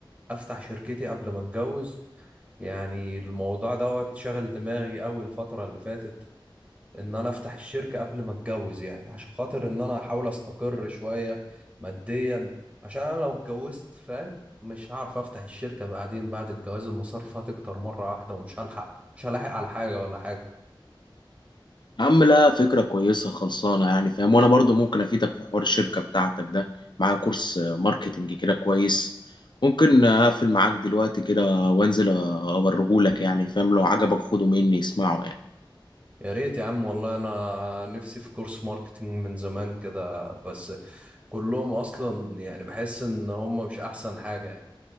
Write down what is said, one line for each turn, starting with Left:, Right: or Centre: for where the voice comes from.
Right: افتح شركتي قبل ما اتجوز يعني الموضوع دوت شغل دماغي أوي الفترة اللي فاتت إن أنا أفتح الشركة قبل ما أتجوز يعني عشان خاطر إن أنا أحاول أستقر شوية ماديا عشان أنا لو اتجوزت فاهم مش هعرف أفتح الشركة بعدين بعد الجواز المصاريف هتكتر مرة واحدة ومش هلحق مش هلاحق على حاجة ولا حاجة
Left: يا عم لا فكرة كويسة خلصانة يعني فاهم وأنا برضو ممكن أفيدك في حوار الشركة بتاعتك ده معايا كورس آه، ماركتينج كده كويس ممكن أقفل معاك دلوقتي كده وأنزل أوريهولك يعني فاهم لو عجبك خده مني اسمعه يعني
Right: يا ريت يا عم والله أنا نفسي في كورس ماركتينج من زمان كده بس كلهم أصلا يعني بحس إن هم مش أحسن حاجة